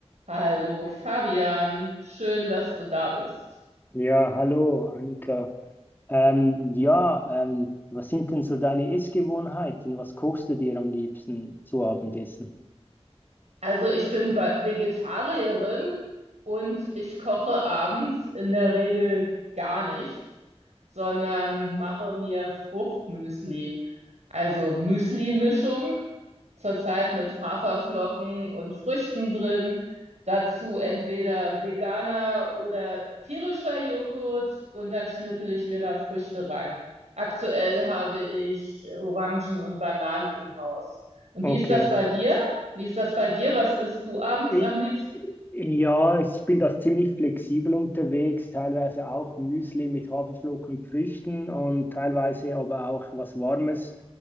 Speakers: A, on the right; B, on the left.
A: Hallo Fabian, schön, dass du da bist.
B: Ja, hallo Annika. Ähm, ja, ähm, was sind denn so deine Essgewohnheiten? Was kochst du dir am liebsten zu Abendessen?
A: Also ich bin Ve- Vegetarierin und ich koche abends in der Regel gar nicht, sondern mache mir Fruchtmüsli. Also Müsli-Mischung zurzeit mit Haferflocken und Früchten drin. Dazu entweder veganer oder tierischer Joghurt und dann schnippel ich mir da Früchte rein. Aktuell habe ich Orangen und Bananen im Haus. Und
B: Okay.
A: wie ist das bei dir? Wie ist das bei dir? Was isst du abends
B: Ich,
A: am liebsten?
B: ja, ich bin da ziemlich flexibel unterwegs, teilweise auch Müsli mit Haferflocken und Früchten und teilweise aber auch was Warmes.